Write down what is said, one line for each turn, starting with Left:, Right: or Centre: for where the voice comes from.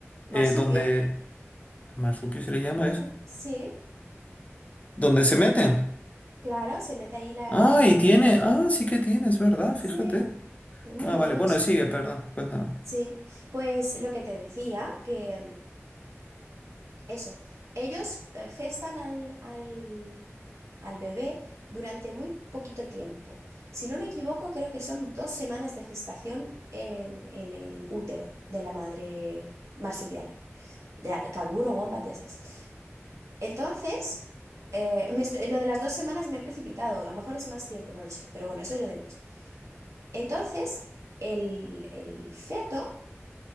Left: Eh,
Right: Marsupio,
Left: donde... ¿Marsupio se le llama eso?
Right: sí,
Left: ¿Dónde se meten?
Right: claro, se mete ahí la,
Left: Ah,
Right: el
Left: y
Right: hijito.
Left: tiene. Ah, sí que tiene, es verdad,
Right: Sí,
Left: fíjate.
Right: es muy
Left: Ah,
Right: mono.
Left: vale, bueno, sigue, perdón, cuéntame.
Right: Sí, pues lo que te decía, que mm, eso, ellos eh, gestan al, al, al bebé durante muy poquito tiempo. Si no me equivoco, creo que son dos semanas de gestación en, en el útero de la madre marsupial, ya, canguro, wombat, ya sabes. Entonces, eh, me est- lo de las dos semanas me he precipitado, a lo mejor es más tiempo, no lo sé, pero bueno, eso es lo de menos. Entonces, el, el feto